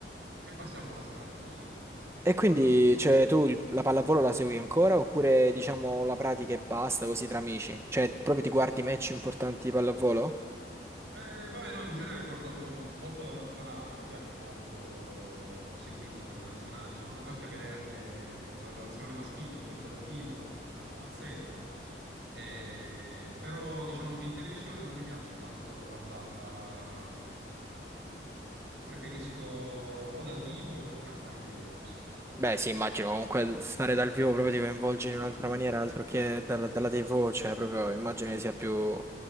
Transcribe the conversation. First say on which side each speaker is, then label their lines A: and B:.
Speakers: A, on the right (about 80°); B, on the right (about 15°).
A: passiamo la serata così.
B: E quindi,
A: Poi,
B: cioè, tu il- la pallavolo la segui ancora oppure diciamo la pratica e basta così tra amici? Cioè, proprio ti guardi match importanti di pallavolo?
A: eh, vabbè, no, in genere guardo molto la nazionale, mi piace molto, ho seguito le nazionali, sono andato anche a vederle, la, la nazionale maschile, l'ho vista dal vivo al palazzetto, eh, però diciamo che in televisione non mi piace tanto guardarla, mm, preferisco o dal vivo o giocarla io così, insomma.
B: Beh, sì, immagino comunque stare dal vivo proprio ti coinvolge in un'altra maniera, altro che dalla, dalla TV, cioè proprio immagino che sia più